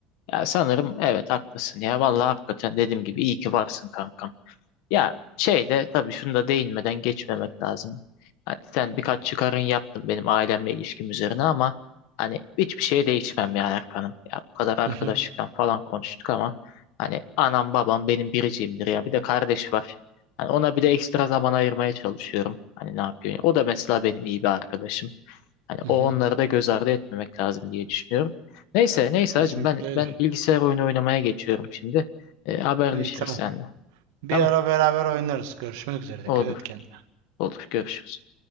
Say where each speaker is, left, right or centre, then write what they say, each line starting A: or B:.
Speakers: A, on the left; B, on the right.
A: ya sanırım evet haklısın ya. Vallahi hakikaten dediğim gibi iyi ki varsın kankam. Ya şey de tabii şunu da değinmeden geçmemek lazım. Hani sen birkaç çıkarın yaptın benim ailemle ilişkim üzerine ama hani hiçbir şeye değişmem ya Erkan'ım. Ya bu kadar arkadaşlıktan
B: Hı hı,
A: falan konuştuk ama hani anam babam benim biricimdir ya. Bir de kardeş var. Hani ona bir de ekstra zaman ayırmaya çalışıyorum. Hani ne yapıyor? O da mesela benim iyi bir arkadaşım. Hani
B: hı
A: o
B: hı.
A: onları da göz ardı etmemek lazım diye düşünüyorum. Neyse neyse
B: Kesinlikle
A: hacım ben
B: öyle.
A: ben bilgisayar oyunu oynamaya geçiyorum şimdi. E, haberleşiriz
B: İyi tamam.
A: seninle.
B: Bir
A: Tamam.
B: ara beraber oynarız. Görüşmek üzere. Dikkat
A: Olur.
B: et kendine.
A: Olur görüşürüz.